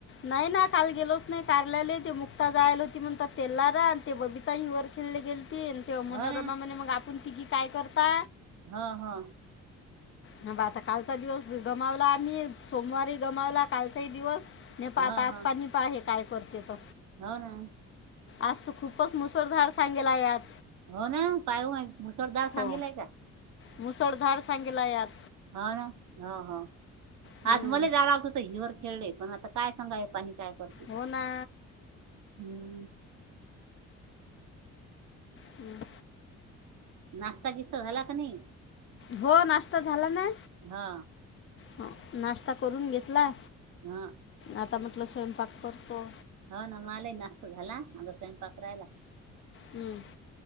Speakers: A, on the left; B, on the right.
A: नाही ना काल गेलोच नाही कारल्याले ते मुक्ता जायला होती म्हण तेलार आणि ते बबी ताई वर खेळले गेलेतील तेहा
B: हो
A: मनोरमा
B: ना
A: म्हणे मग आपण तिघी मगं काय करता
B: हा हा
A: बा आता कालचा दिवस गमावला आम्ही सोमवारीही गमावला कालचाही दिवस नाही प आता
B: हो
A: आसपणी
B: हो
A: प आहे काय करते त
B: हो ना
A: आज तू खूपच मुसळधार सांगेला यात
B: हो ना पाय मुसळदार सांगेलाय
A: हो
B: का
A: मुसळधार सांगला यात
B: हो ना हो हो
A: हम्म.
B: आज मला जाणारतत हिवरर खेळय पण आता काय सांगा हे पाणी काय करत
A: हो ना
B: हम्म
A: हम्म
B: नाशता गिस्ता झाला का नाही
A: हो नाश्ता झाला ना
B: हा
A: ह नाश्ता करून घेतला
B: हा
A: आता म्हटलं स्वयंपाक करतो
B: हा ना मलाही नाश्ता झाला आग स्वयंपाक रारायला
A: हम्म